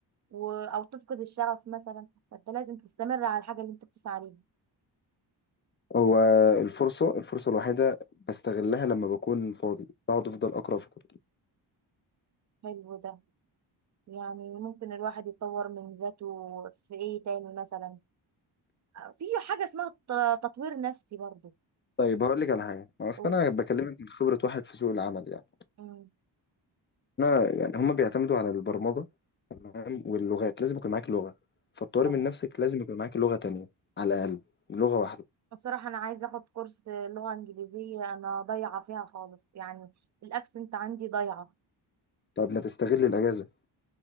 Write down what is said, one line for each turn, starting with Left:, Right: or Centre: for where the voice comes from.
Right: و... أو تفقد الشغف مثلا فأنت لازم تستمر على الحاجة اللي أنت بتسعى ليها
Left: هو الفرصة الفرصة الوحيدة بستغلها لما بكون فاضي بقعد افضل اقرا في كتب
Right: حلو ده يعني ممكن الواحد يتطور من ذاته في ايه تاني مثلا في حاجة اسمها الت- تطوير نفسي برضو
Left: طيب هقول لك على حاجة اصل
Right: أو-
Left: انا بكلمك من خبرة واحد في سوق العمل يعني
Right: أمم،
Left: احنا يعني هم بيعتمدوا على البرمجة تمام واللغات لازم يكون معاك لغة فالطوارئ
Right: اه
Left: من نفسك لازم يكون معاك لغة تانية على الأقل لغة واحدة
Right: بصراحة انا عايزة اخد كورس لغة انجليزية انا ضايعة فيها خالص يعني الاكسنت عندي ضايعة
Left: طب ما تستغل الأجازة